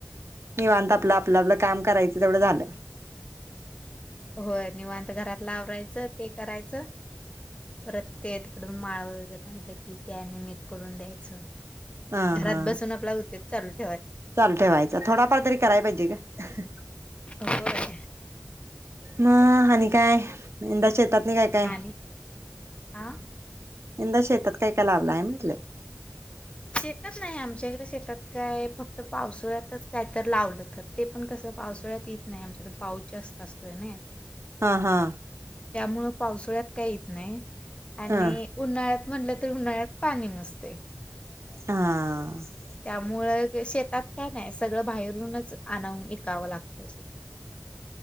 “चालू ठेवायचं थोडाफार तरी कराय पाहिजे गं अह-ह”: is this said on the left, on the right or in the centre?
Right